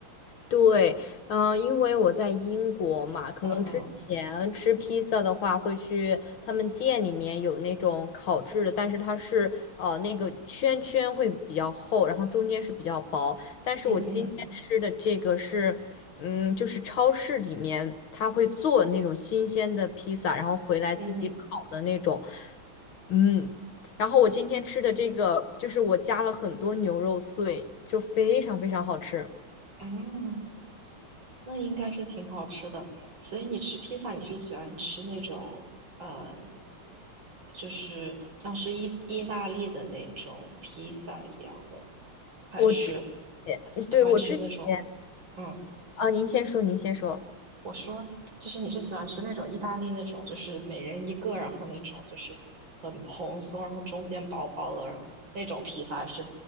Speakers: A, on the left; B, on the right.
A: 对，嗯、因为我在英国嘛，可能之前吃披萨的话，
B: 嗯嗯
A: 会去他们店里面有那种烤制的，但是它是呃那个圈圈会比较厚，然后中间是比较薄。但是我今天吃的这个是，
B: 嗯
A: 嗯，就是超市里面他会做那种新鲜的披萨，然后回来自己烤的那种，
B: 嗯
A: 嗯。然后我今天吃的这个，就是我加了很多牛肉碎，就非常非常好吃。
B: 嗯，哦，那应该是挺好吃的。所以你吃披萨，你是喜欢吃那种呃，就是像是意意大利的那种披萨一样的，还是
A: 我之前，
B: 喜欢吃那种？
A: 对，我之前
B: 嗯。
A: 啊，您先说，您先说。
B: 我说，就是你是喜欢吃那种意大利那种，就是每人一个，然后那种就是很蓬松，然后中间薄薄的，然后那种披萨，还是